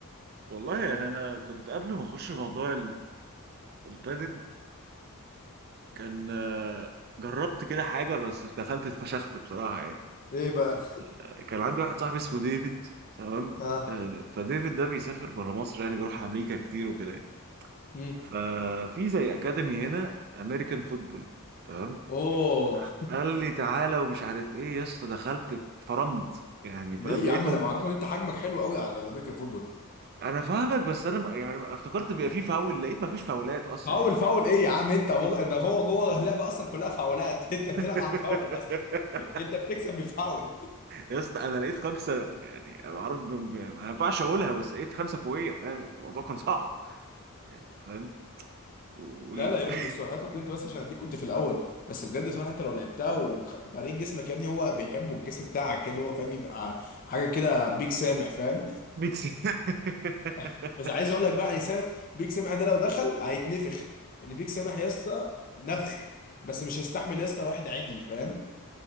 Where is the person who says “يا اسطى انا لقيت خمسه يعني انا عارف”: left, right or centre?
Right